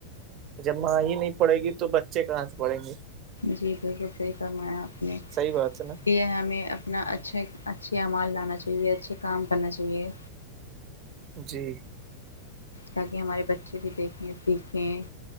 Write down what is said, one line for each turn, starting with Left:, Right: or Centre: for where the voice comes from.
Right: جب ماں ہی نہیں پڑے گی تو بچے کہاں سے پڑیں گی
Left: جی بالکل صحی فرمایا آپ نے
Right: صحیح بات ہے نا
Left: یہ ہمیں اپنا اچھے اچھے اعمال لانا چاہیے اچھے کام کرنا چاہیے
Right: جی
Left: تاکہ ہمارے بچے بھی دیکھیں سیکھیں